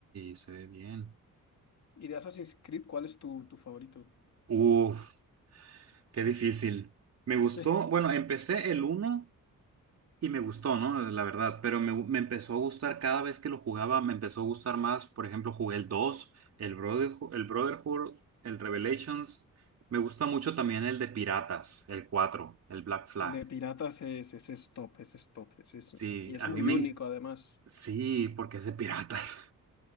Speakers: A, on the right (about 50°); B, on the left (about 55°).
A: se ve bien.
B: ¿Y de Assassin's Creed cuál es tu, tu favorito?
A: Uf, qué difícil. Me gustó,
B: <laughs>
A: bueno, empecé el uno y me gustó, ¿no? La verdad, pero me, me empezó a gustar cada vez que lo jugaba, me empezó a gustar más. Por ejemplo, jugué el 2, el Brother, el Brotherhood, el Revelations. Me gusta mucho también el de Piratas, el 4, el Black Flag.
B: El de piratas es, es, es top, es es top, es, es-
A: Sí,
B: y es
A: a
B: muy
A: mí me...
B: único
A: en-
B: además.
A: Sí, porque es de piratas.